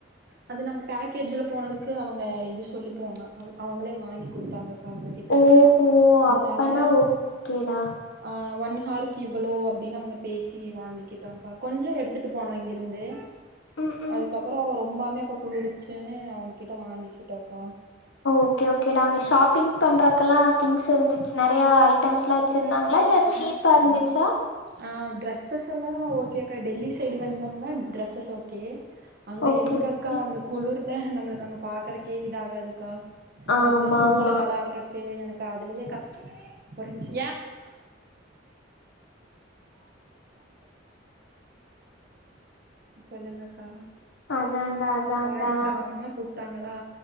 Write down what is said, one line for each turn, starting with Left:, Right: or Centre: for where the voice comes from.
Right: அது நாங்க பேக்கேஜ்ல போனதுக்கு அவங்க இது சொல்லிப்போவாங்க அவங்களே வாங்கி குடுத்தாங்கக்கா அவுங்ககிட்ட
Left: ஓஹோ
Right: அதுனால
Left: அப்பனா ஓகேடா
Right: ஆ ஒன் ஹார்க்கு இவ்ளோ அப்டின்னு அவங்க பேசி வாங்கிக்கிட்டங்கா கொஞ்ச எடுத் துட்டு போனோ இங்கிருந்து
Left: ம் ம்
Right: அதுக்கப்புற ரொம்பாமே அப்ப குளிருச்சுன்னு அவுங்ககிட்ட வாங்கிக்கிட்டோக்கா
Left: ஓகே ஓகேடா அங்க ஷாப்பிங் பண்றக்கெல்லா திங்ஸ் இருந்துச்சு நெறையா ஐட் டம்ஸ்லா வச்சிருந்தாங்களா இல்ல
Right: ஆ
Left: சீப்பா இருந்துச்சா
Right: ஆ ட்ரெஸ்ஸஸ் எல்லா ஓகேக்கா டெல்லி சைடு வந்தோம்னா ட்ரெஸ்ஸஸ் ஓகே அங்க
Left: ஓகே
Right: எங்க
Left: ஓகே
Right: அக்கா அந்த குளுர்ல நம்மளுக்கு அங்க பாக்கறக்கே இதா ருக்காதுக்கா
Left: ஆமா
Right: அந்த ஸ்னோல
Left: ஆமா
Right: வெளாடுறக்கு எனக்கு அதுலயே கத் புரிஞ்சுச்சு சொல்லுங்கக்கா
Left: அதாண்டா அதாண்டா
Right: சாரிக்கா அம்மா கூப்ட்டாங்களா